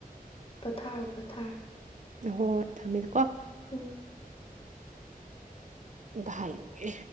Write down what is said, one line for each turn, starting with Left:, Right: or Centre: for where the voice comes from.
Left: ꯄꯣꯊꯥꯔꯣ ꯄꯣꯊꯥꯔ
Right: ꯍꯣ ꯍꯣꯏ ꯊꯝꯃꯦꯗ ꯀꯣ
Left: ꯎꯝ
Right: ꯕꯥꯏꯌꯤꯡꯉꯦ